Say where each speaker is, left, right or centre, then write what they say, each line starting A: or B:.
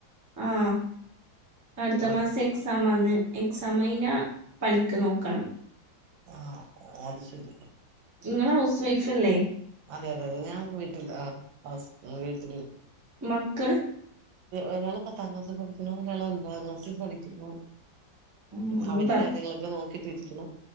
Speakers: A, on the right; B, on the right.
A: ആഹ് അടുത്ത
B: ആഹ്
A: മാസം എക് സാമാന്ന് എക്സാമയ്ഞ്ഞാ പണിക്ക് നോക്കണം
B: ആഹ് അത്ശെരി
A: ഇങ്ങള് ഹൗസ് വൈഫല്ലേ?
B: അതെ അതെ അതെ ഞാൻ വീട്ടിലാ ഹൗസ് വീട്ടില്
A: മക്കൾ?
B: ഒരാള് പത്താം ക്ലാസി പഠിക്ക്ണു ഒരാള് ഒൻമ്പതാം ക്ലാസ്സി പഠിക്കുന്നു.
A: ഉം
B: അവരെ
A: ഭർ
B: കാര്യങ്ങളൊക്കെ നോക്കിട്ടിരിക്കുന്നു